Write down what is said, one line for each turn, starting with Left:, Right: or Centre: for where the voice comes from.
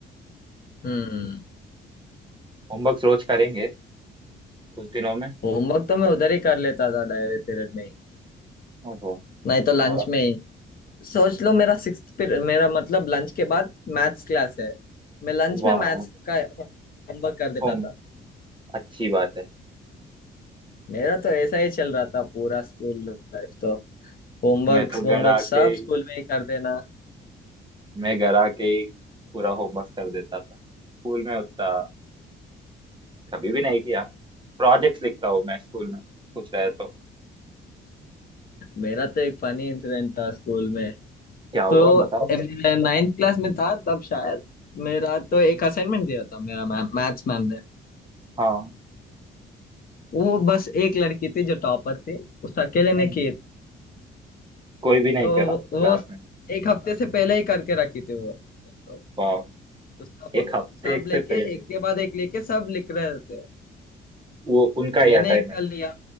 Left: हम्म
Right: होमवर्क रोज करेंगे उस दिनों में
Left: होमवर्क तो मैं उधर ही कर लेता था डायरी पीरियड में ही
Right: ओहो
Left: नहीं तो लंच
Right: तो,
Left: में ही सोच लो मेरा सिक्स्थ पीरियड मेरा मतलब लंच के बाद मैथ्स क्लास है मैं लंच
Right: वाह
Left: में मैथ्स का होमवर्क कर देता
Right: होम
Left: था
Right: अच्छी बात है
Left: मेरा तो ऐसा ही चल रहा था पूरा स्कूल लाइफ तो होमवर्क
Right: मैं तो घर
Left: होमवर्क
Right: आके
Left: सब
Right: ही
Left: स्कूल में ही कर देना
Right: मैं घर आके ही पूरा होमवर्क कर देता था स्कूल में उतना कभी भी नहीं किया प्रोजेक्ट्स लिखता हूँ मैं स्कूल में कुछ रहे तो
Left: मेरा तो एक फनी इंसिडेंट था स्कूल में
Right: क्या हुआ
Left: तो
Right: बताओ
Left: नाइन्थ क्लास में था तब शायद मेरा तो एक असाइनमेंट दिया था मेरा मैम मैथ्स मैम ने
Right: हाँ
Left: वो बस एक लड़की थी जो टॉपर थी उस अकेले ने
Right: हम्म
Left: की
Right: कोई भी नहीं
Left: तो
Right: करा क्लास
Left: वो
Right: में
Left: एक हफ्ते से पहले ही करके रखी थी वो तो,
Right: वाह
Left: तो सब
Right: एक हफ्ते
Left: सब लेके
Right: से पहले
Left: एक के बाद एक लेके सब लिख रहे थे
Right: वो उनका ही
Left: मैंने
Right: असाइनमेंट
Left: एक का लिया